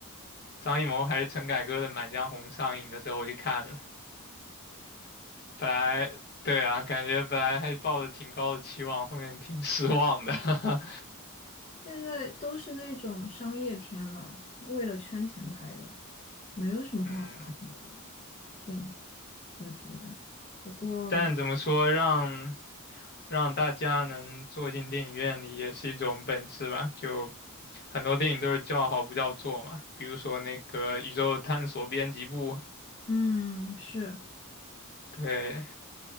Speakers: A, on the left; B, on the left.
A: 张艺谋还是陈凯歌的《满江红》上映的时候，我去看了。本来对啊，感觉本来还抱着挺高的期望，后面挺失望的。<laughs>
B: 现在都是那种商业片了，为了圈钱拍的，没有什么很好看的
A: 嗯，
B: 电影，我觉得。不过，
A: 但怎么说，让让大家能坐进电影院里也是一种本事吧。就很多电影都是叫好不叫座嘛，比如说那个《宇宙探索编辑部》，
B: 嗯，是，
A: 对，